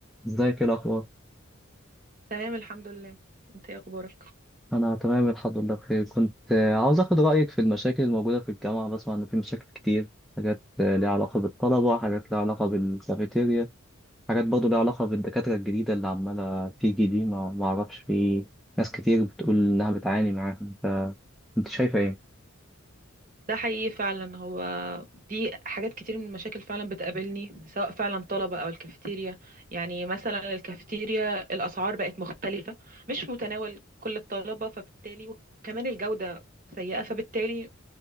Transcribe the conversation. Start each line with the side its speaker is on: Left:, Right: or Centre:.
Centre: ازيك ايه الاخبار
Right: تمام الحمد لله انت ايه اخبارك
Centre: انا تمام الحمد لله بخير كنت آه، عاوز اخد رايك في المشاكل الموجوده في الجامعه بسمع ان في مشاكل كتير حاجات آه، ليها علاقه بالطلبه حاجات ليها علاقه بالكافيتيريا حاجات برضه ليها علاقه بالدكاتره الجديده اللي عماله تيجي دي ما ما اعرفش في ناس كتير بتقول انها بتعاني معاهم فانت شايفه ايه
Right: ده حقيقي فعلا هو دي حاجات كتير من المشاكل فعلا بتقابلني سواء فعلا طلبة او الكافيتيريا يعني مثلا الكافيتيريا الاسعار بقت مختلفة مش متناول كل الطلبة فبالتالي وكمان الجودة سيئة فبالتالي